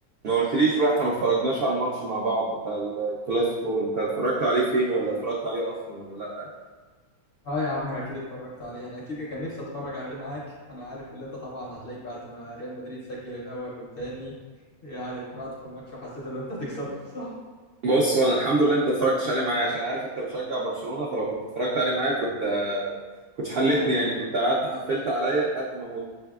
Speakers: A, on the right; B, on the left.
A: ما قلتليش بقى احنا ما اتفرجناش على الماتش مع بعض بتاع الكلاسيكو انت اتفرجت عليه فين ولا اتفرجت عليه اصلا ولا لا
B: اه يا عم اكيد اتفرجت عليه انا اكيد كان نفسي اتفرج عليه معاك انا عارف اللي انت طبعا هتلاقيك بعد ما ريال مدريد سجل الاول والتاني يعني طمعت في الماتش وحسيت ان انت هتكسبه صح
A: بص وانا الحمد لله انت اتفرجتش عليه معايا عشان عارف انت بتشجع برشلونة فلو كنت اتفرجت عليه معايا كنت آه، كنتش حلتني
B: هريك
A: يعني
B: تحت
A: كنت قعدت حفلت عليا لحد ما موت